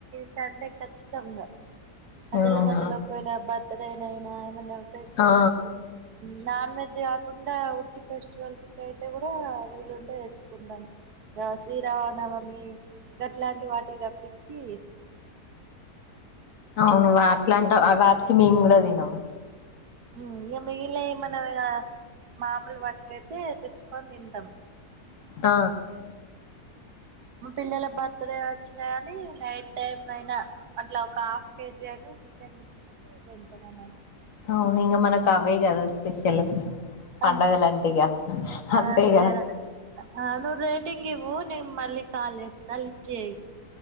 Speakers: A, on the right (about 75°); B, on the left (about 55°).
A: సండే ఖచ్చితంగా అదలా
B: అవునా
A: బదలోకన బ దేనైనా ఏమన్న ఫెస్టివల్స్కి
B: ఆ
A: నాన్ వెజ్ కాకుం డ ఉట్టి ఫెస్టివల్స్కైయితే కూడా వీలుం తెచ్చుకుంటాం ఆ శ్రీరామనవమి గట్లాంటి వాటికి తప్పిచ్చి
B: అవును అట్లాంట వాటికి మేము కూడా తినము
A: ఉమ్ ఇగ మిగిలినయ్ ఏమన్న ఇగా మాములు వాటికైతే తెచ్చుకొని తింటాం
B: ఆ
A: మా పిల్లల బర్త్ డే వచ్చినా కాని నైట్ టైమ్ అయినా అట్లా ఒక హాఫ్ కేజీ అయినా చికెన్ తెచ్చుకొని తింటాం అన్నట్టు
B: అవును ఇంగ మనకు అవే కదా స్పెషల్ పండగలంటే
A: ఆ
B: ఇగ అంతేగా
A: అంతే రా అ నువ్వు రేటింగ్ ఇవ్వు నేన్ మళ్ళి క్ కాల్ చేస్తా లిఫ్ట్ చేయి